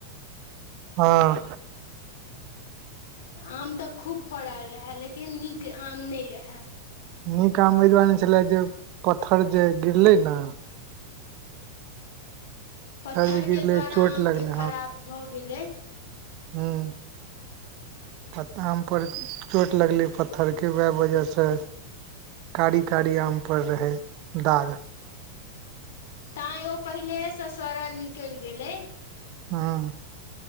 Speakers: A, on the right; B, on the left.
A: हँ।
B: आम तऽ खूब फड़ल रहै लेकिन नीक आम नहि रहै।
A: नीक आम एहि दुआरे नै छले जे पत्थर जे गिरले न।
B: पत्थर
A: जे गिरले
B: के द्वारा
A: चोट
B: आम
A: लगले
B: के खराब भऽ गेलै।
A: हूं पत्ता आम पर चोट लग लै पत्थर के वएह वजह सँ। कारी कारी आम पर रहै दाग।
B: तैँ ओ पहिलेएसँ सड़ल निकलि गेलै।
A: हँ।